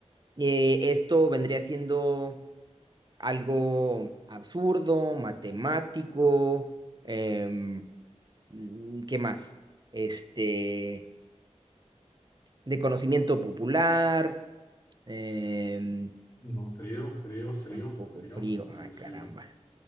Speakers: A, on the right (about 35°); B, on the left (about 25°).
A: esto vendría siendo algo absurdo, matemático. em, mm, ¿qué más? Este, de conocimiento popular. em,
B: No, frío, frío, frío,
A: Tampoco
B: frío,
A: frío.
B: frío,
A: Ah,
B: frío.
A: caramba.